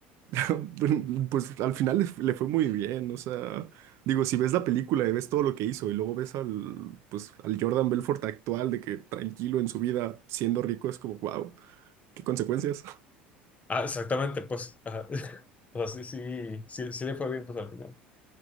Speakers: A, on the right; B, on the left.
A: <laughs> Pues al final le, le fue muy bien, o sea, digo, si ves la película y ves todo lo que hizo y luego ves al, pues, al Jordan Belfort actual de que tranquilo en su vida, siendo rico, es como, wow, qué consecuencias. <laughs>
B: Ah, exactamente, pues, ajá. <laughs> O sea, sí, sí, sí, sí le fue bien, pues, al final.